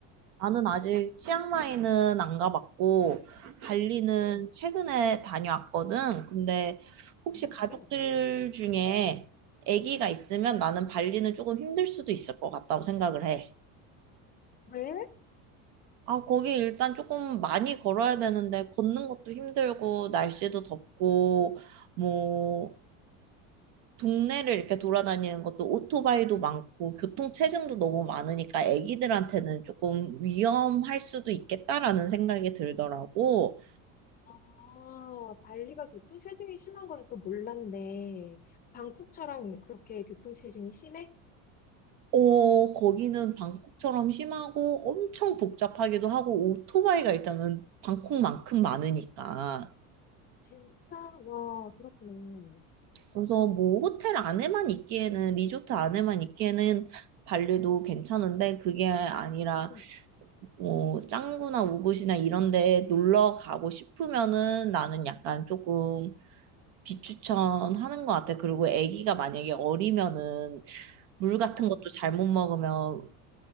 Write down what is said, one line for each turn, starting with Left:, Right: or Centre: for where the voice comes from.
Right: 나는 아직 치앙마이는 안 가봤고 발리는
Left: 음,
Right: 최근에 다녀왔거든. 근데 혹시
Left: 음,
Right: 가족들
Left: 그래.
Right: 중에 아기가 있으면 나는 발리는 조금 힘들 수도 있을 것 같다고 생각을 해.
Left: 왜?
Right: 아, 거기 일단 조금 많이 걸어야 되는데 걷는 것도 힘들고 날씨도 덥고 뭐 동네를 이렇게 돌아다니는 것도 오토바이도 많고 교통 체증도 너무 많으니까 애기들한테는 조금 위험할 수도 있겠다라는 생각이 들더라고.
Left: 아, 발리가 교통체증이 심한 건 또 몰랐네. 방콕처럼 그렇게 교통체증이 심해?
Right: 어, 거기는 방콕처럼 심하고 엄청 복잡하기도 하고 오토바이가 일단은 방콕만큼 많으니까.
Left: 진짜? 와, 그렇구나.
Right: 그래서 뭐 호텔 안에만 있기에는 리조트 안에만 있기에는 발리도 괜찮은데 그게 아니라
Left: 응.
Right: 뭐 짱구나 우붓이나 이런 데 놀러 가고 싶으면은 나는 약간 조금 비추천하는 것 같아. 그리고 아기가 만약에 어리면은 물 같은
Left: 어.
Right: 것도 잘못 먹으면